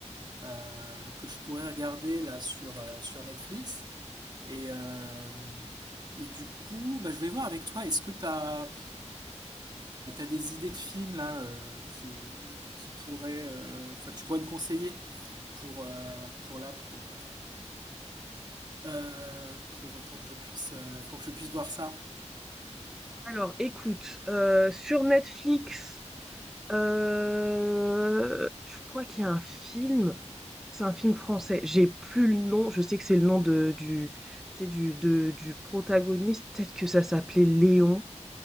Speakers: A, on the right (about 35°); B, in the centre.
A: euh, que je pourrais regarder là sur, euh, sur Netflix. Et, euh, et du coup, bah, je vais voir avec toi, est-ce que tu as, des idées de films là euh, qui, euh, qui pourraient, euh, enfin, que tu pourrais me conseiller pour, euh, pour là, pour... euh, euh, pour, pour que je puisse, euh, pour que je puisse voir ça.
B: Alors, écoute, euh, sur Netflix, euh, je crois qu'il y a un film. C'est un film français. J'ai plus le nom. Je sais que c'est le nom de du, tu sais, du, de- du protagoniste. Peut-être que ça s'appelait Léon.